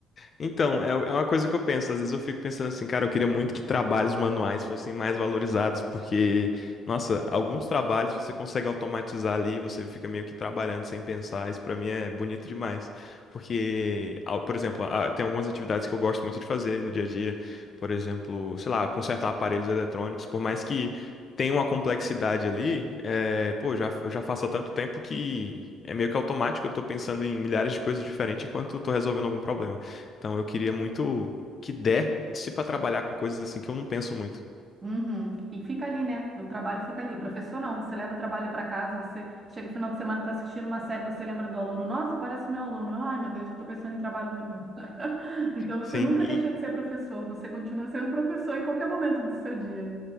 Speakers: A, on the left; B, on the right.
A: Então, é é uma coisa que eu penso. Às vezes eu fico pensando assim, cara, eu queria muito que trabalhos manuais fossem mais valorizados, porque, nossa, alguns trabalhos você consegue automatizar ali, você fica meio que trabalhando sem pensar. Isso pra mim é bonito demais. Porque, ao- por exemplo, ah, tem algumas atividades que eu gosto muito de fazer no dia a dia. Por exemplo, sei lá, consertar aparelhos eletrônicos, por mais que tenha uma complexidade ali, é, pô, já, eu já faço há tanto tempo que é meio que automático, eu tô pensando em milhares de coisas diferentes enquanto eu tô resolvendo algum problema. Então eu queria muito que desse pra trabalhar com coisas assim que eu não penso muito.
B: Uhum. E fica ali, né? O trabalho fica ali. Professor, não, você leva o trabalho para casa, você chega no final de semana, está assistindo uma série, você lembra do aluno, nossa, parece meu aluno. Ai, meu Deus, já estou pensando em trabalho de novo. <laughs> Então
A: Sim,
B: você nunca
A: e
B: deixa de ser professor, você continua sendo professor em qualquer momento do seu dia.